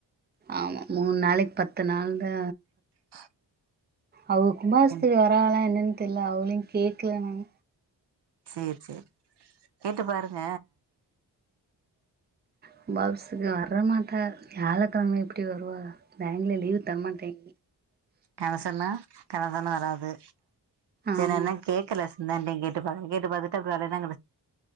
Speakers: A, on the right; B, on the right.
A: ஆமா மூணு நாளைக்கு பத்து நாள்து
B: <inaudible>
A: அவுக கும்பாசத்துக்கு
B: ம்
A: வரகால என்னன்னு தெர்ல அவங்களையு கேக்ல நாங்க
B: செர் செர் கேட்டு பாருங்க
A: கும்பாவிசதுக்கு வரமாட்டாரு வியாழக்கெழம எப்டி வருவா பேங்க்ல லீவ் தரமாட்டேங்
B: கனசண்ண கனகண்ணவராது
A: ஆமா
B: ஏன்னன்ன கேக்கல சின்ணன்ணடயு கேட்டு பாரு கேட்டு பாத்துட்டு அப்ற வரனா